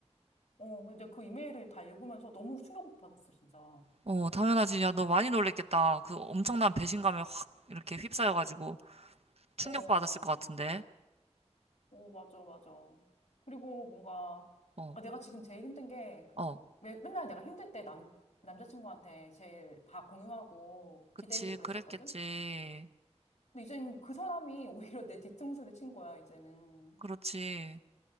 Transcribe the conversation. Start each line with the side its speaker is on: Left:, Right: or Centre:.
Left: 어 근데 그 이메일을 다 읽으면서 너무 충격 받았어 진짜.
Right: 어, 당연하지. 야, 너 많이 놀랬겠다. 그 엄청난 배신감에 확 이렇게 휩싸여가지고 충격받았을
Left: 어,
Right: 것 같은데.
Left: 어 맞아 맞아. 그리고 뭔가
Right: 어,
Left: 아, 내가 지금 제일 힘든 게 그
Right: 어,
Left: 왜, 맨날 내가 힘들 때 남 남자친구한테 제일 다 공유하고
Right: 그치.
Left: 기대고 그랬었거든.
Right: 그랬겠지.
Left: 근데 이제는 그 사람이 오히려 내 뒤통수를 친 거야, 이제는.
Right: 그렇지.